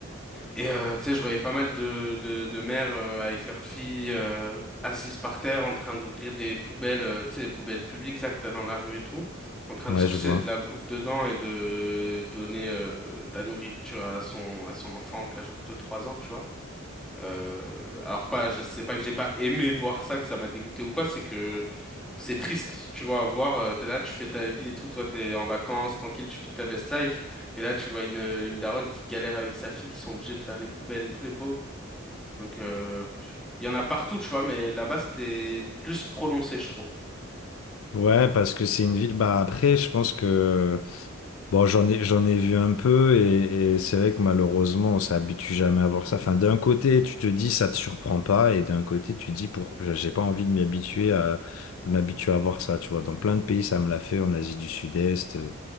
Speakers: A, in the centre; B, on the left (about 75°).
A: Et, euh, tu sais, je voyais pas mal de, de, de mères, euh, avec leurs filles, euh, assises par terre, en train d'ouvrir des poubelles, euh, tu sais, les poubelles publiques, là, que t'as dans la rue et tout, en train
B: Ouais,
A: de chercher
B: je vois.
A: de la bouffe dedans et de donner, euh, de la nourriture à son, à son enfant, qui a genre deux trois ans, tu vois. Euh, alors pas, je sais pas que j'ai pas aimé voir ça, que ça m'a dégoûté ou quoi, c'est que c'est triste, tu vois, à voir, euh, t'es là, tu fais ta vie et tout, toi t'es en vacances, tranquille, tu vis ta best life, et là tu vois une, euh, une daronne qui galère avec sa fille, qui sont obligés de faire les poubelles et tout, les pauvres. Donc euh, il y en a partout, tu vois, mais là-bas c'était plus prononcé, je trouve.
B: Ouais, parce que c'est une ville. Bah après, je pense que Bon, j'en ai, j'en ai vu un peu et, et c'est vrai que malheureusement, on s'habitue jamais à voir ça. Enfin, d'un côté, tu te dis, ça te surprend pas et d'un côté, tu dis, pour, j'ai pas envie de m'y habituer à, de m'habituer à voir ça, tu vois. Dans plein de pays, ça me l'a fait, en Asie du Sud-Est. euh,